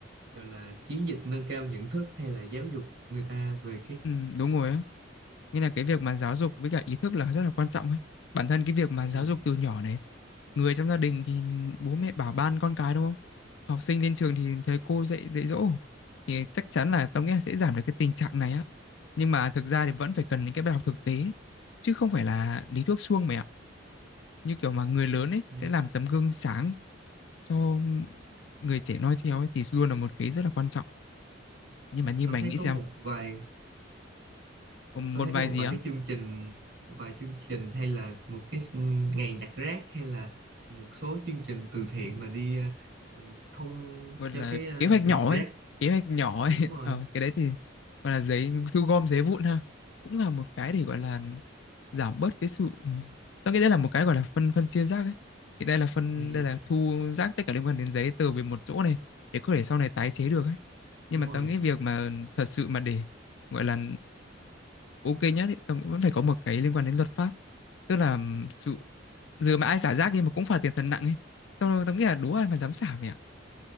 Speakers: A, on the right; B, on the left.
A: gọi là chiến dịch nâng cao nhận thức hay là giáo dục người ta về cái
B: Ừ, đúng rồi á. Nghĩa là cái việc mà giáo dục với cả ý thức là rất là quan trọng ấy. Bản thân cái việc mà
A: ừm.
B: giáo dục từ nhỏ này, người trong gia đình thì bố mẹ bảo ban con cái đúng không? Học sinh lên trường thì thầy cô dạy dạy dỗ thì chắc chắn là tao nghĩ là sẽ giảm được cái tình trạng này á. Nhưng mà thực ra thì vẫn phải cần những cái bài học thực tế chứ không phải là lý thuyết suông mày ạ. Như kiểu mà người lớn ấy
A: Ừm,
B: sẽ làm tấm gương sáng cho người trẻ noi theo ấy thì luôn là một cái rất là quan trọng. Nhưng mà như
A: tôi
B: mày
A: thấy
B: nghĩ
A: có
B: xem,
A: một vài
B: một
A: tôi thấy
B: vài
A: có một
B: gì
A: vài
B: á
A: cái chương trình một vài chương trình hay là một cái ừm, ngày nhặt rác hay là một số chương trình từ thiện mà đi à, ừm, thông
B: gọi
A: cho
B: là
A: cái à,
B: kế hoạch
A: nhặt
B: nhỏ
A: rác
B: ấy
A: Ờ,
B: kế hoạch nhỏ
A: ừ
B: ấy <laughs>
A: đúng rồi
B: ờ, cái đấy thì gọi là giấy thu gom giấy vụn ha cũng là một cái để gọi là giảm bớt cái sự ừ. tôi nghĩ đây là một cái gọi là phân phân chia rác ấy thì đây là phân
A: Ừm,
B: đây là thu rác tất cả liên quan đến giấy từ về một chỗ này để có thể sau này tái chế được ấy nhưng
A: đúng
B: mà
A: rồi
B: tao nghĩ việc mà thật sự mà để gọi là ok nhá thì tao nghĩ vẫn phải có một cái liên quan đến luật pháp tức là ừ, sự giờ mà ai xả rác đi mà cũng phạt tiền thật nặng ấy tao tao nghĩ là đố ai mà dám xả mày ạ